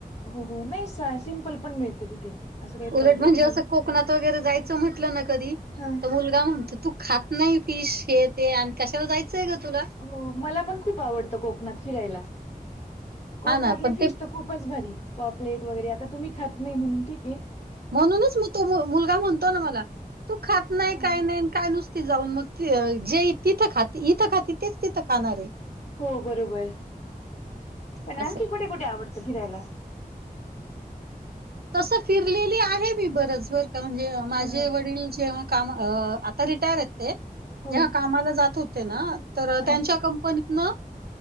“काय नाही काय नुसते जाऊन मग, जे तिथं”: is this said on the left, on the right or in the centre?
Right